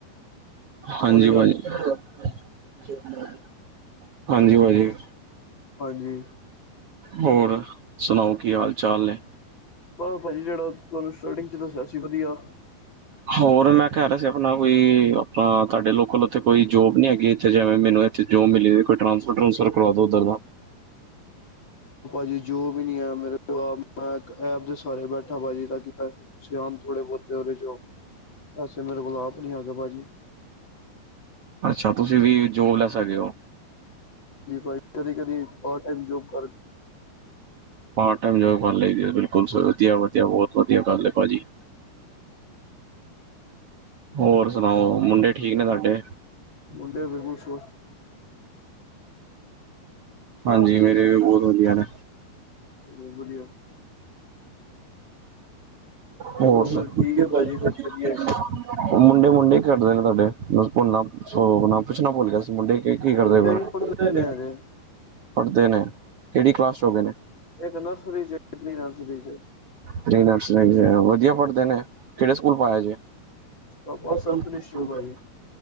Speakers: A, on the right (about 85°); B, on the left (about 30°).
A: ਹਾਂਜੀ
B: ਉਹਨੇ ਕਿਹਾ
A: ਭਾਜੀ-ਹਾਂਜੀ ਭਾਜੀ
B: ਹਾਂਜੀ
A: ਹੋਰ ਸੁਣਾਓ ਕੀ ਹਾਲ ਚਾਲ ਨੇ।
B: ਬਸ ਭਾਜੀ ਜੇੜਾ ਤੁਹਾਨੂੰ ਸਟਾਰਟਿੰਗ 'ਚ ਦੱਸਿਆ ਸੀ ਵਧੀਆ
A: ਹ ਹੋਰ ਮੈਂ ਕਹਿ ਰਿਆ ਸੀ ਆਪਣਾ ਕੋਈ ਆਪਣਾ ਤੁਹਾਡੇ ਲੋਕਲ ਉੱਥੇ ਕੋਈ ਜੋਬ ਨੀ ਹੈਗੀ ਇੱਥੇ ਜਿਵੇਂ ਮੈਨੂੰ ਜੋਬ ਮਿਲੇ ਕੋਈ ਟਰਾਂਸਫਰ ਟਰੁੰਸਫਰ ਕਰਵਾ ਦੋ ਉੱਧਰ ਦਾ
B: ਭਾਜੀ ਜੋਬ ਵੀ ਹੈ ਮੇਰੇ ਕੋਲ ਮੈਂ ਐਪ ਦੇ ਸਾਰੇ ਬੈਠਾ ਭਾਜੀ ਤਾਂ ਕਿ ਪੈ ਸੇ ਆਣ ਥੋੜੇ ਬੋਤ ਉਹਦੇ 'ਚ ਪੈਸੇ ਮੇਰੇ ਕੋਲ ਆਪ ਨੀ ਹੈਗੇ ਭਾਜੀ।
A: ਅੱਛਾ ਤੁਸੀਂ ਵੀ ਜੋਬ ਲੈਸ ਹੈਗੇ ਹੋ।
B: ਨਈ ਬਈ ਕਦੀ-ਕਦੀ ਪਾਰਟ ਟਾਈਮ ਜੋਬ ਕਰ
A: ਪਾਰਟ ਟਾਈਮ ਜੋਬ ਕਰ ਲਈਦੇ ਆ ਬਿਲਕੁਲ ਵਧੀਆ-ਵਧੀਆ ਬੋਤ ਵਧੀਆ ਗੱਲ ਏ ਭਾਜੀ। ਹੋਰ ਸੁਣਾਓ ਮੁੰਡੇ ਠੀਕ ਨੇ ਸਾਡੇ
B: ਮੁੰਡੇ ਬਿਲਕੁਲ ਸ਼ੁ
A: ਹਾਂਜੀ ਵੀਰੇ ਬੋਤ ਵਧੀਆ ਨੇ।
B: ਓ ਵਧੀਆ
A: ਹੋਰ
B: ਚਲੋ
A: ਸਬ
B: ਫਿਰ
A: ਠੀਕ ਏ
B: ਹੈ
A: ਭਾਜੀ।
B: ਫਿਰ ਚੱਲੀਏ
A: ਮੁੰਡੇ-ਮੁੰਡੇ ਹੀ ਖੇਡ ਰਏ ਤੁਆਡੇ ਬਸ ਭੁੱਲਣਾ ਸੋ ਪੁੱਛਣਾ ਭੁੱਲ ਗਿਆ ਸੀ ਮੁੰਡੇ ਇਹ ਕੀ ਕਰਦੇ
B: ਮੁੰਡੇ
A: ਪਏ
B: ਜੀ ਪੜ੍ਹਦੇ
A: ਨੇ
B: ਹਜੇ
A: ਪੜ੍ਹਦੇ ਨੇ ਕੇੜੀ ਕਲਾਸ 'ਚ ਹੋ ਗਏ ਨੇ।
B: ਇੱਕ ਨਰਸਰੀ 'ਚ ਪ੍ਰੀ ਨਰਸਰੀ 'ਚ
A: ਪਰੀ ਨਰਸਰੀ ਵਧੀਆ ਪੜ੍ਹਦੇ ਨੇ ਕੇੜੇ ਸਕੂਲ ਪਾਇਆ ਜੇ
B: ਆਪਾਂ
A: ਇਸ ਤਰ੍ਹਾਂ
B: ਸੰਤ
A: ਨਈ
B: ਨਿਸ਼ਚੈ
A: ਦੱਸੀ ਦਾ
B: ਭਾਜੀ